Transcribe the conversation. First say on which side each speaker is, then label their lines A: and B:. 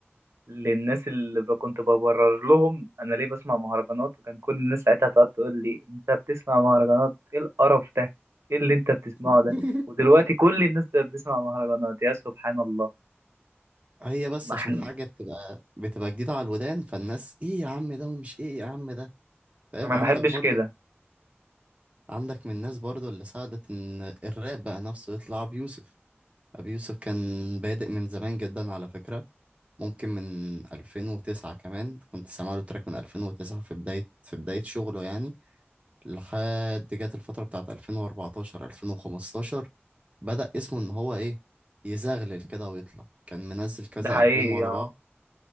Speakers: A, on the right; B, on the right.
A: للناس اللي ب- كنت ببرر لهم انا ليه بسمع مهرجانات وكان كل الناس ساعتها تقعد تقول لي انت بتسمع مهرجانات ايه القرف ده ايه اللي انت بتسمعه
B: <laughs>
A: ده ودلوقتي كل الناس بقت بتسمع مهرجانات يا سبحان الله
B: هي بس
A: ما
B: عشان
A: احنا
B: حاجة بتبقى بتبقى جديدة على الودان فالناس ايه يا عم ده ومش ايه يا عم ده فاهم
A: انا
B: عندك
A: ما بحبش
B: برضو
A: كده
B: عندك من الناس برضو اللي ساعدت ان الراب بقى نفسه يطلع ابي يوسف ابي يوسف كان بادئ من زمان جدا على فكرة ممكن من 2009 كمان كنت سامع له تراك من 2009 في بداية في بداية شغله يعني لحد جت الفترة بتاعت 2014 2015 بدأ اسمه ان هو ايه يزغلل كده ويطلع كان منزل كذا
A: ده حقيقي
B: ألبوم ورا
A: اه
B: بعض